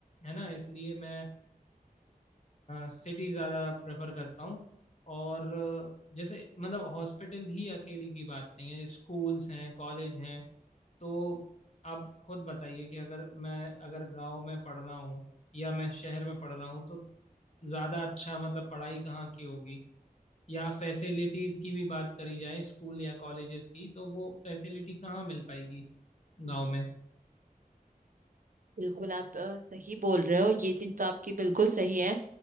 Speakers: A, on the left (about 50°); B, on the right (about 65°).
A: है ना इसलिए मैं सिटी ज़्यादा प्रेफर करता हूँ और अ, जैसे मतलब हॉस्पिटल ही अकेली की बात नहीं है स्कूल्स हैं कॉलेज हैं तो आप खुद बताइए कि अगर मैं अगर गांव में पढ़ रहा हूँ या मैं शहर में पढ़ रहा हूँ तो ज़्यादा अच्छा मतलब पढ़ाई कहाँ की होगी या फैसिलिटीज़ की भी बात करी जाए स्कूल या कॉलेजेस की तो वो फैसिलिटी कहाँ मिल पाएगी गांव में
B: बिल्कुल आप अ, सही बोल रहे हो ये चीज तो आपकी बिल्कुल सही है